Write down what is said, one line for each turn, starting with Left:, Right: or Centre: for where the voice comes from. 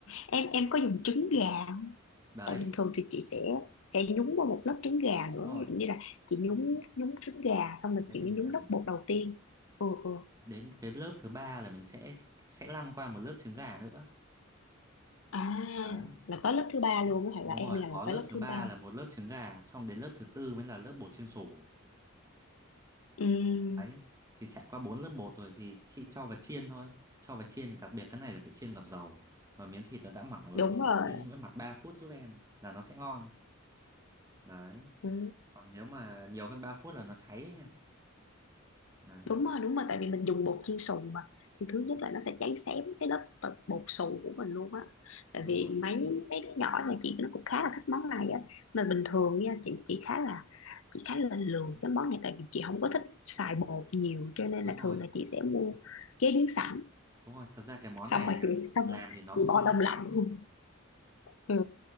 Left: em em có dùng trứng gà
Right: Đấy,
Left: tại bình thường thì chị sẽ sẽ nhúng vào một lớp trứng gà
Right: đúng
Left: nữa
Right: rồi.
Left: ví dụ như là chị nhúng nhúng trứng gà xong rồi
Right: Đấy,
Left: chị
Right: em
Left: mới
Right: hiểu
Left: nhúng
Right: em
Left: lớp
Right: hiểu.
Left: bột đầu tiên ừ ừ
Right: Đến cái lớp thứ ba là mình sẽ sẽ lăn qua một lớp trứng gà nữa.
Left: à
Right: Đấy,
Left: là tới lớp thứ ba luôn á, hả
Right: đúng
Left: là em
Right: rồi,
Left: là
Right: có
Left: là
Right: lớp
Left: tới lớp
Right: thứ
Left: thứ
Right: ba
Left: ba
Right: là một lớp trứng gà, xong đến lớp thứ tư mới là lớp bột chiên xù.
Left: ừ
Right: Đấy, thì trải qua bốn lớp bột rồi thì chị cho vào chiên thôi. Cho vào chiên thì đặc biệt cái này là phải chiên ngập dầu. Mà miếng thịt nó đã mỏng rồi
Left: đúng
Right: thì
Left: rồi
Right: chị chiên mỗi mặt 3 phút giúp em là nó sẽ ngon. Đấy.
Left: ừ.
Right: còn nếu mà nhiều hơn 3 phút là nó cháy ấy nha đấy
Left: đúng rồi đúng rồi tại vì mình dùng bột chiên xù mà thì thứ nhất là nó sẽ cháy xém cái lớp bột bột xù của mình luôn á tại
Right: đúng
Left: vì
Right: rồi
Left: mấy mấy đứa nhỏ nhà chị nó cũng khá là thích món này á mà bình thường nha chị chị khá là chị khá là lười
Right: đó
Left: cái món này tại vì chị không có thích xài bột nhiều cho nên
Right: đúng
Left: là
Right: rồi
Left: thường là chị sẽ mua chế biến sẵn
Right: đúng rồi thật ra cái món
Left: xong
Right: này làm
Left: rồi chị xong
Right: làm
Left: rồi
Right: thì nó cũng
Left: chị bỏ
Right: hơi lách
Left: đông lạnh
Right: cách
Left: luôn ừ.